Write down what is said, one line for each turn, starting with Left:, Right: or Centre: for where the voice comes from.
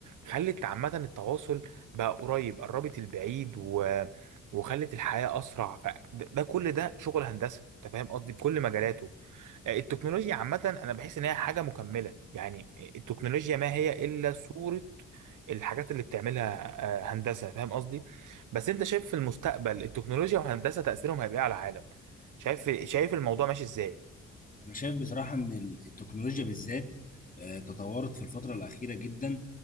Right: خلت عامة التواصل بقى قريب قربت البعيد و... وخلت الحياة أسرع فده ده كل ده شغل هندسة أنت فاهم قصدي بكل مجالاته آه، التكنولوجيا عامة أنا بحس إن هي حاجة مكملة يعني التكنولوجيا ما هي إلا صورة الحاجات اللي بتعملها آه، هندسة فاهم قصدي؟ بس أنت شايف في المستقبل التكنولوجيا وهندسة تأثيرهم هيبقى إيه على العالم؟ شايف شايف الموضوع ماشي إزاي؟
Left: أنا شايف بصراحة إن التكنولوجيا بالذات آه، تطورت في الفترة الأخيرة جدا